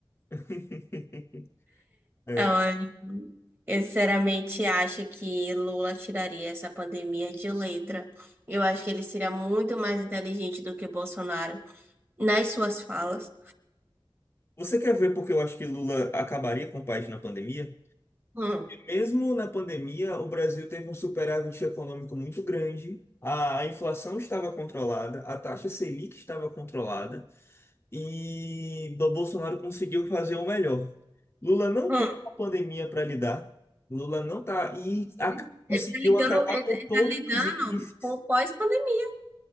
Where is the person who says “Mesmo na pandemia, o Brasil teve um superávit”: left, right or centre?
Left